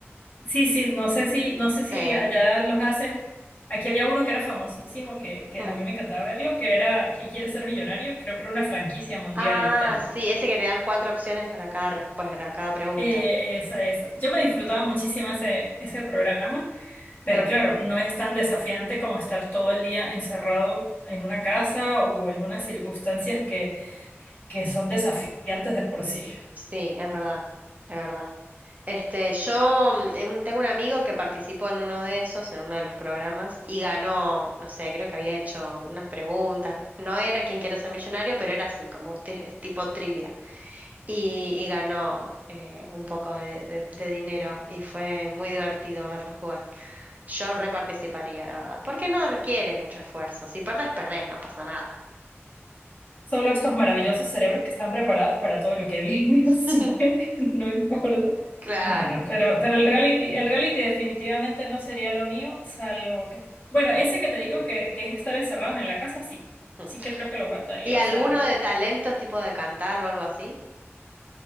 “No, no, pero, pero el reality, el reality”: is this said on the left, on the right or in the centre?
Left